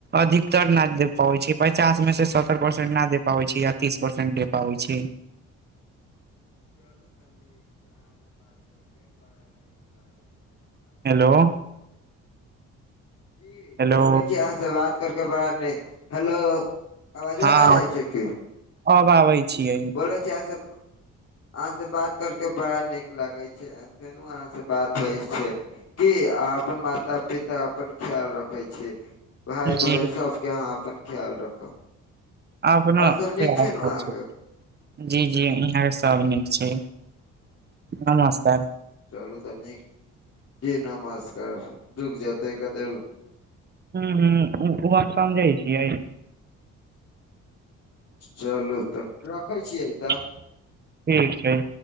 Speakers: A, on the right; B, on the left.
A: अधिकतर
B: ठीक
A: न दे
B: बा
A: पाबै
B: चलू
A: छि पचास
B: नीक
A: में से। सत्तर परसेट ना दे पाबै छैया, तीस परसेट दे पाबै छै।
B: चलू तऽ नीक छै, अहा से बात कर के बड़ा नीक लागे छै हमरा।
A: हेलो।
B: अहाँसँ जी,
A: हेलो
B: बोलै छी अहाँ से बात करके बड़ा नि हेलो आवाजवा
A: हँ
B: ना जाइ छै की,
A: अब आबै छियै
B: बोलै छी आहा सब अहाँ से बात करके बड़ा नीक लागै छै, फेरो अहाँ से बात होइ छै। की अ अपन माता पिता अपन ख्याल रखे छी। भाय
A: जी
B: बहिन सबके अहाँ अपन ख्याल राखब।
A: अपना
B: आओर सभ
A: खाल
B: नीक ने
A: प
B: अहाँके
A: छै। जी, जी इहाँके सब नीक छै, नमस्कार।
B: चलू तऽ नीक, जी नमस्कार, रुक जेतै कतई
A: हु, हु, हु, ओ हम समझै छियै।
B: चलू तऽ, रखै छियै तऽ।
A: ठीक छैी।